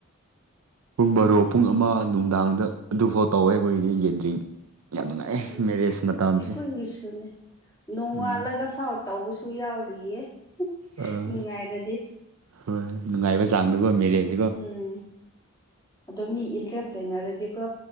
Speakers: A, on the right; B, on the left.
A: ꯄꯨꯡ ꯕꯥꯔꯣ ꯄꯨꯡ ꯑꯃ ꯅꯨꯡꯗꯥꯡꯗ ꯑꯗꯨꯐꯥꯎ ꯇꯧꯋꯦ ꯑꯩꯈꯣꯏꯗꯤ ꯒꯦꯟꯗꯔꯤꯡ ꯌꯥꯝ ꯅꯨꯡꯉꯥꯏ
B: ꯎꯝ
A: ꯃꯦꯔꯦꯖ ꯃꯇꯝꯁꯦ
B: ꯑꯩꯈꯣꯏꯒꯤꯁꯨꯅꯦ ꯅꯣꯡꯉꯥꯜꯂꯒ
A: ꯎꯝ
B: ꯐꯥꯎ ꯇꯧꯕꯁꯨ ꯌꯥꯎꯔꯤꯌꯦ
A: ꯑꯥ
B: ꯅꯨꯡꯉꯥꯏꯔꯗꯤ
A: ꯍꯣꯏ ꯅꯨꯡꯉꯥꯏꯕ ꯆꯥꯡꯗꯀꯣ ꯃꯦꯔꯦꯖ
B: ꯎꯝ ꯑꯗꯣ ꯃꯤ ꯏꯟꯇ꯭ꯔꯦꯁ ꯂꯩꯅꯔꯗꯤꯀꯣ